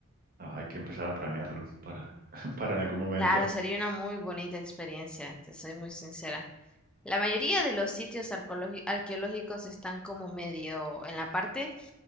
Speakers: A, on the right; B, in the centre.
A: ah, hay que empezar a planearlo para, <laughs> para en algún momento.
B: Claro, sería una muy bonita experiencia, te soy muy sincera. La mayoría de los sitios arqueologi- arqueológicos están como medio en la parte